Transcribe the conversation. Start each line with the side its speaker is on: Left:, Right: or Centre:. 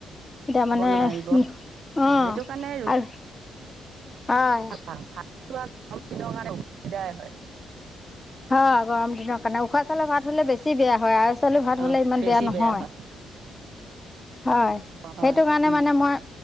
Left: এতিয়া
Right: খাব
Left: মানে
Right: নোৱাৰিব
Left: অ'
Right: সেইটো কাৰণে ৰুটি
Left: আৰু হয়।
Right: বনাও গৰম দিনৰ কাৰণে অসুবিধাই হয়।
Left: অ' গৰম দিনৰ কাৰণে উখোৱা চাউৰ ভাত হ'লে বেছি বেয়া। হয় আউল চাউলৰ ভাত
Right: অ'
Left: হ'লে ইমান
Right: বেছি
Left: বেয়া নহয়।
Right: হয়
Left: হয়,
Right: অ' হয়
Left: সেইটো কাৰণে
Right: উম
Left: মানে মই